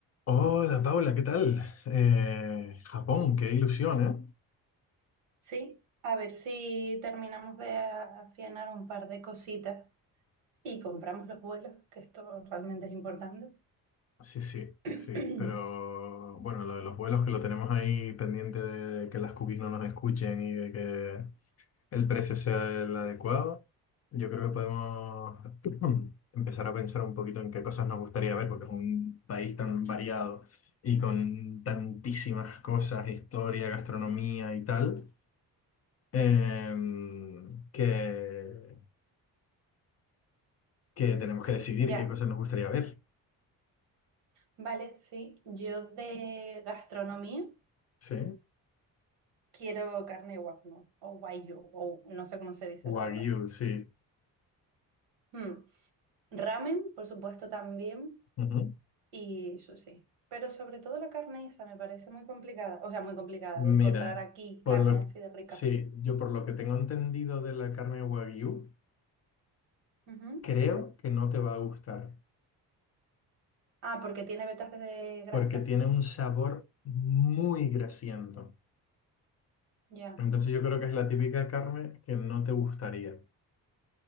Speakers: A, on the left; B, on the right.
A: Hola Paula, ¿qué tal? Eh, Japón, qué ilusión, ¿eh?
B: Sí, a ver si terminamos de afianar un par de cositas y compramos los vuelos, que esto realmente es importante.
A: Sí, sí,
B: <clears throat>
A: sí, pero bueno, lo de los vuelos que lo tenemos ahí pendiente de que las cookies no nos escuchen y de que el precio sea el adecuado, yo creo que podemos <clears throat> empezar a pensar un poquito en qué cosas nos gustaría ver, porque es un país tan variado y con tantísimas cosas, historia, gastronomía y tal, em, que que tenemos que decidir
B: Ya,
A: qué cosas nos gustaría ver.
B: vale, sí. Yo de gastronomía
A: Sí.
B: quiero carne wagyu o wagyu o no sé cómo se dice
A: Wagyu,
B: la verdad.
A: sí.
B: Mm, Ramen, por supuesto, también
A: Ujú.
B: y sushi. Pero sobre todo la carne esa me parece muy complicada, o sea, muy complicada de encontrar
A: Mira,
B: aquí
A: por
B: carne
A: lo
B: así de rica.
A: sí, yo por lo que tengo entendido de la carne Wagyu,
B: Ujú.
A: creo que no te va a gustar,
B: Ah, porque tiene vetas de grasa.
A: porque tiene un sabor muy grasiento.
B: Ya,
A: Entonces yo creo que es la típica carne que no te gustaría.